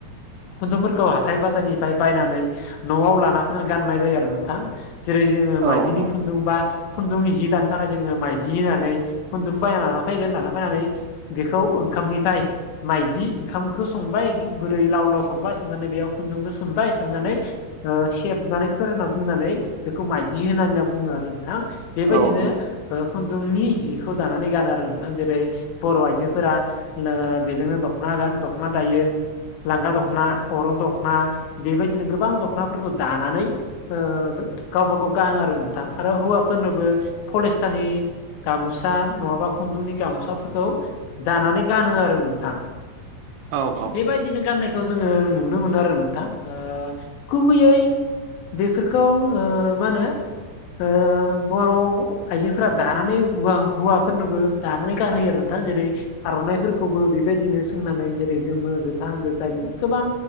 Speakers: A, on the left; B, on the right.
A: खुन्दुंफोरखौ हाथाय बाजारनिफ्राय बायनानै न'आव लाना फैनानै गाननाय जायो आरो नोंथां। जेरै जोङो
B: औ
A: माइदिनि
B: औ
A: खुन्दुंबा खुन्दुंनि हि दानो थाखाय जोङो माइदि होननानै खुन्दुंखौ बायना लाना फैगोन लाना फैनानै बेखौ ओंखामनिफ्राय माइदि ओंखामखौ स संबाय गुरै लाव लाव संबाय संनानै बेयाव खुन्दुंखौ सोमबाय सोमनानै - ओ सेबनानै फोरानना दोननानै बेखौ माइदि होनानै होनना बुङो आरो नोंथां
B: औ
A: बेबायदिनो ओ खुन्दुंनि हिखौ दानानै गानो आरो नोंथां जेरै बर' आइजोफोरा नो बेजोंनो दख'ना गान दख'ना दायो। लांगा दख'ना अरं दख'ना बेबायदिनो गोबां दख'नाफोरखौ दानानै ओ गावबा गाव गान आरो नोंथां आरो हौवाफोरनोबो पलिस्टारनि गामोसा नङाबा खुन्दुंनि गामसाफोरखौ दानानै गानो आरो नोंथां।
B: औ
A: बेबायदिनो गाननायखौ जोङो नुनो मोनो आरो नोंथां ओ गुबैयै बेफोरखौ ओ मा होनो ओ बर' आइजोफोरा दानानै हुवा हौवाफोरनोबो दानानै गानहोयो आरो। थां जेरै आर'नाइफोरखौबो बेबायदिनो सोंनानै जेरै गोमो गोथां गोजा बिदि गोबां